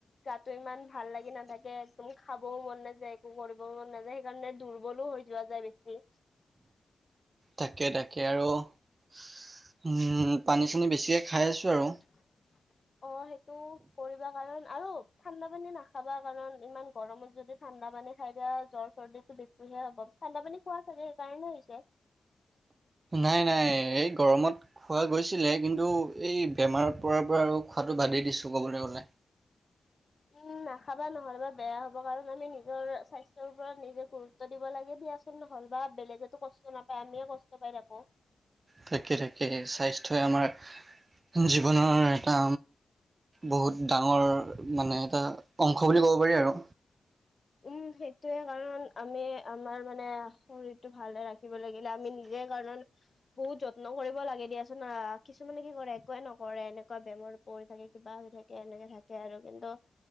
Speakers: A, on the left (about 40°); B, on the right (about 50°).
A: গাটো ইমান ভাল লাগি নাথাকে। মোক খাবও মন নাযায়, একো কৰিবও মন নাযায় সেইকাৰণে দুৰ্বলো হৈ যোৱা যায় বেছি।
B: তাকে তাকে। আৰু উম, পানী চানী বেছিকে খাই আছোঁ আৰু।
A: <inaudible> অ' সেইটো কৰিবা কাৰণ আৰু ঠাণ্ডা পানী নাখাবা কাৰণ ইমান গৰমত যদি ঠাণ্ডা পানী খাই দিয়া জ্বৰ চৰ্দিটো বেছিহে হ'ব। ঠাণ্ডা পানী খোৱা চাগে সেইকাৰণে হৈছে।
B: নাই নাই, এই গৰমত খোৱা গৈছিলে কিন্তু এই বেমাৰত পৰাৰপৰা আৰু খোৱাটো বাদেই দিছোঁ ক'বলৈ গ'লে।
A: উম, নাখাবা নহ'লেবা বেয়া হ'ব কাৰণ আমি নিজৰ স্বাস্থ্যৰ ওপৰত নিজে গুৰুত্ব দিব লাগে দিয়াছ নহ'ল বা বেলেগেতো কষ্ট নাপায় আমিয়ে কষ্ট পাই থাকোঁ।
B: তাকে তাকে। স্বাস্থ্যই আমাক জীৱনৰ এটা বহুত ডাঙৰ ডাঙৰ মানে এটা অংশ বুলি ক'ব পাৰি আৰু।
A: উম, সেইটোয়ে কাৰণ আমি আমাৰ মানে শৰীৰটো ভালে ৰাখি দিব লাগিলে আমি নিজেই কাৰণ বহুত যত্ন কৰিব লাগে দিয়াচোন। আ, কিছুমানে কি কৰে একোৱে নকৰে এনেকুৱা বেমাৰত পৰি থাকে কিবা হৈ থাকে এনেকে থাকে আৰু কিন্তু